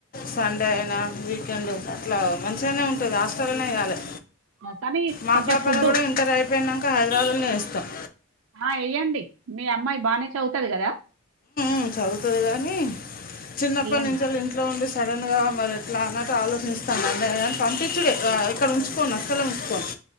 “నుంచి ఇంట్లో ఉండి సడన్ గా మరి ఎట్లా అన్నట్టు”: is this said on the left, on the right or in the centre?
Left